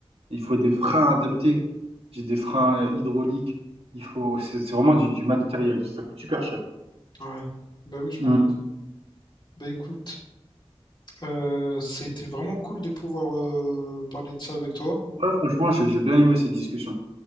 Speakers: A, on the right; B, on the left.
A: Il faut des freins adaptés. J'ai des freins euh, hydrauliques. Il faut, c'est c'est vraiment du, du matériel. Ça coûte super cher.
B: merde. Ouais. Bah oui, je
A: Mm.
B: m'en doute. Bah écoute, euh, ça a été vraiment cool de pouvoir euh, parler de ça avec toi.
A: Ouais, franchement, j'ai j'ai bien aimé cette discussion.